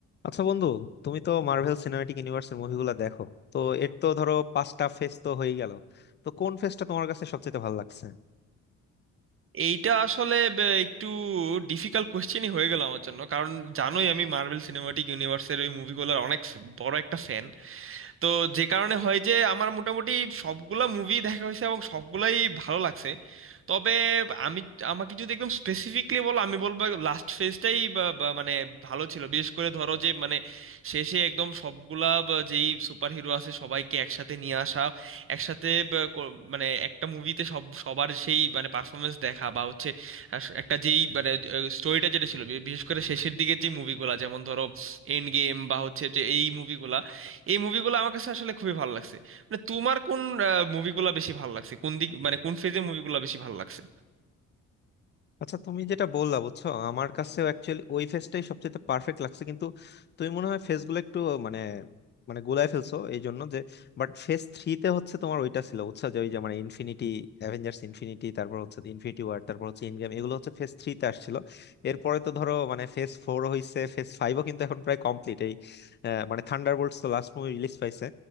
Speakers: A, on the left; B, on the right.
A: আচ্ছা বন্ধু তুমি তো মার্ভেল সিনেম্যাটিক ইউনিভার্সের মুভিগুলো দেখো তো এর তো ধরো পাঁচটা ফেজ তো হয়ে গেল তো কোন ফেজটা তোমার কাছে সবচেয়ে ভালো লাগছে
B: এইটা আসলে বে- একটু ডিফিকাল্ট কোশ্চেনই হয়ে গেল আমার জন্য কারণ জানোই আমি মার্বেল সিনেমাটিক ইউনিভার্সের ওই মুভিগুলোর অনেক বড় একটা ফ্যান তো যে কারণে হয় যে আমার মোটামুটি সবগুলা মুভি দেখা হয়েছে এবং সবগুলাই ভালো লাগছে তবে আমি আমাকে যদি একদম স্পেসিফিকলি বলো আমি বলবো লাস্ট ফেজটাই মানে ভালো ছিল বিশেষ করে ধরো যে মানে শেষে একদম সবগুলা বা যেই সুপার হিরো আছে সবাইকে একসাথে নিয়ে আসা একসাথে বা কো- মানে একটা মুভিতে সব সবার সেই মানে পারফরমেন্স দেখা বা হচ্ছে আহ, একটা যেই মানে স্টোরিটা যেটা ছিল বি- বিশেষ করে শেষের দিকে যে মুভিগুলা যেমন ধরো এন্ড গেম বা হচ্ছে যে এই মুভিগুলা এই মুভিগুলো আমার কাছে আসলে খুবই ভালো লাগছে মানে তোমার কোন আহ, মুভিগুলো বেশি ভালো লাগছে কোন দিক মানে কোন ফেজে মুভিগুলো বেশি ভালো লাগছে
A: আচ্ছা তুমি যেটা বললা বুঝছো আমার কাছেও অ্যাকচুয়ালি ওই ফেসটাই সবচেয়ে পারফেক্ট লাগছে কিন্তু তুমি মনে হয় ফেসগুলো একটু মানে মানে গোলায় ফেলছো এই জন্য যে বাট ফেস থ্রিতে হচ্ছে তোমার ওইটা ছিল বুঝছো যে ওই যে মানে ইনফিনিটি অ্যাভেঞ্জার্স ইনফিনিটি তারপর হচ্ছে ইনফিনিটি ওয়ার তারপর হচ্ছে ইনগেম এগুলো হচ্ছে ফেস থ্রিতে আসছিল এরপরে তো ধরো মানে ফেস ফোর হইছে ফেস ফাইভও কিন্তু এখন প্রায় কমপ্লিট এই আহ, মানে থান্ডারবোল্টস তো লাস্ট মুভি রিলিজ পাইছে